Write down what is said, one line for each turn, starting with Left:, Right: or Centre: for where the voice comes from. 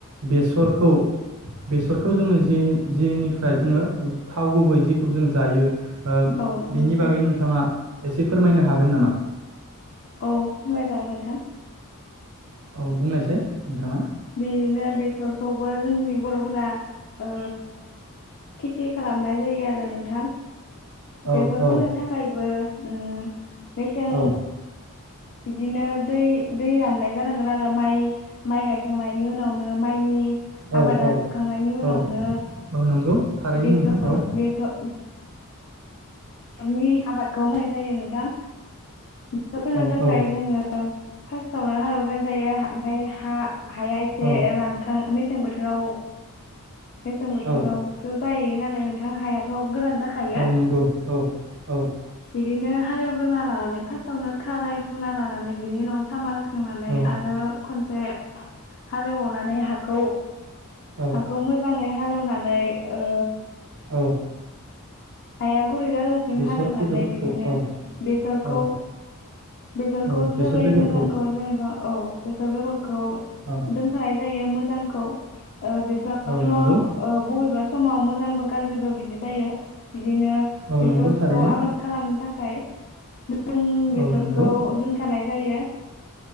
Right: बेसरखौ बेसरखौ जोङो जे जेनिफ्राय जोङो थाव गुबै जिखौ जों जायो। ओ
Left: औ नंगौ
Right: बिनि
Left: नोंथां
Right: बागै नोंथाङा एसे फोरमायनो हागोन नामा?
Left: औ मोजां नोंथां
Right: औ बुंनायसाय नोंथाङा
Left: बिदिनो बेसरखौबो जोंनि बरफोरा ओ खेथि खालामनाय जायो आरो नोंथां
Right: औ
Left: बेसर
Right: औ
Left: फोनो थाखायबो ओम मेसें
Right: औ
Left: बिदिनो दै दै राननाय जानांगोन आरो माइ माइ गाय खांनायनि उनावनो माइनि आबादा
Right: औ औ
Left: जोबखांनायनि उनावनो
Right: औ औ नंगौ थारैनो
Left: बेसर
Right: नोंथां औ
Left: बेसर <unintelligible> आबादखौ मावनाय जायो नोंथां इको फोनो
Right: औ
Left: थाखाय
Right: औ
Left: जोङो फार्स्टआवनो हाल एवनाय जायो ओमफ्राय हा हाया एसे
Right: औ
Left: रानखां मेसें बोथोराव मेसें बोथोरावसो
Right: औ
Left: जायो नालाय नोंथां हायाथ गोरान जाखायो
Right: औ नंगौ औ औ
Left: बिदिनो हालेवग्रोना लानानै फार्स्टआवनो खाराय ग्रोना लानानै बिनि उनाव सामार हो होखांनानै
Right: औ
Left: आरो खनसे हा हाल एवनानै हाखौ
Right: औ औ
Left: हाखौ मोजाङै हालेवनानै ओ
Right: औ
Left: हाया गुरै जाजासिम
Right: बेसर
Left: हालेवनानै
Right: बेगरफोरखौ
Left: बिदिनो
Right: औ
Left: बेसरखौ
Right: औ
Left: बेसरखौ
Right: औ बेसर
Left: जोलै
Right: बेगरखौ
Left: मोजांखौ जेनेबा औ बेसर बेगरखौ
Right: औ
Left: दोनखानाय जा जायो मोजांखौ ओ बेसरावथ
Right: औ नंगौ
Left: ओ बबेबा समाव मोजांबो गाज्रिबो बिदि जायो। बिदिनो
Right: औ
Left: बेसरखौ
Right: नंगौ थारैनो
Left: आबाद खालामनो थाखाय <unintelligible> जों बेसरखौ
Right: औ नंगौ
Left: दोनखानाय जायो।